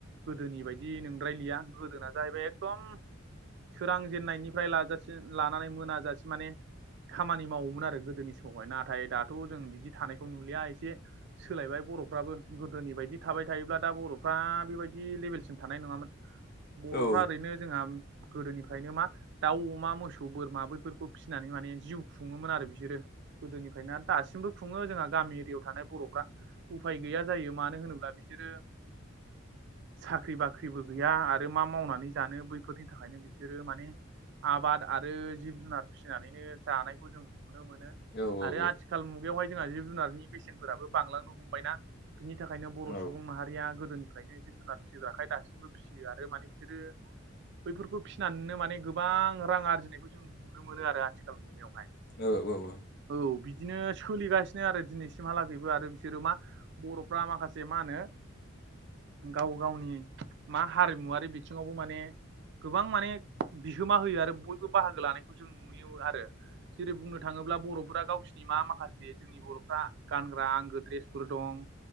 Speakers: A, on the right (about 60°); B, on the left (about 50°).
A: गोदोनि बायदि नोंद्रायलिया गोदोना जाहैबाय एकदम सोरां जेननायनिफ्राय लाजासि लानानै मोनाजासे माने खामानि मावोमोन आरो गोदोनि समावहाय नाथाय दाथ' जों बिदि थानायखौ नुलिया एसे सोलायबाय बर'फ्राबो गोदोनि बायदि थाबाय थायोब्ला दा बर' दा बेबायदि लेभेलसिम थानाय नङामोन बर'फ्रा
B: औ
A: ओरैनो जोंहा गोदोनिफ्रायनो मा दाउ अमा मोसौ बोरमा बैफोरखौ फिनानै माने जिउ खुङोमोन आरो बिसोरो गोदोनिफ्रायनो दासिमबो खुङो जोंहा गामि एरियायाव थानाय बर'फ्रा उफाय गैया जायो मानो होनोब्ला बिसोरो साख्रि बाख्रिबो गैया आरो मा मावनानै जानो बैफोरनि थाखाय बिसोरो माने आबाद आरो जिब जुनार फिसिनानैनो जानायखौ जों नुनो मोन मोनो
B: औ औ
A: आरो आथिखाल मुगायावहाय जोंहा जिब जुनारनि बेसेनफोराबो बांलांनो हमबायना बिनि थाखायनो बर'
B: औ
A: सुबुं माहारिया गोदोनिफ्रायनो जिब जुनार फिसिग्राखाय दासिमबो फिसियो आरो माने बिसोरो बैफोरखौ फिसिनानैनो माने गोबां रां आरजिनायखौ जों नुनो मोनो आरो आथिखाल मुगायावहाय
B: औ औ औ
A: औ बिदिनो सोलिगासिनो आरो दिनैसिमहालागैबो आरो बिसोरो मा बर'फ्रा माखासे मा होनो गाव गावनि मा हारिमुवारि बिथिङावबो माने गोबां माने बिहोमा होयो आरो बयबो बाहागो लानायखौ जों नुयो आरो जेरै बुंनो थांङो अब्ला बर'फोरा गावसिोरनि मा माखासे जोंनि बर'फ्रा गानग्रा आंगो द्रेसफोर दं